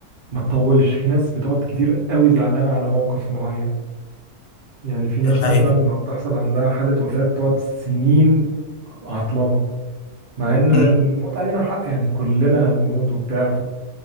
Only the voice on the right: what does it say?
ما تطولش في ناس بتقعد كتير قوي زعلانة على موقف معين يعني في ناس
مثلا لما بتحصل عندها حالة وفاة بتقعد سنين عطلانة مع ان الموت
علينا حق يعني كلنا هنموت وبتاع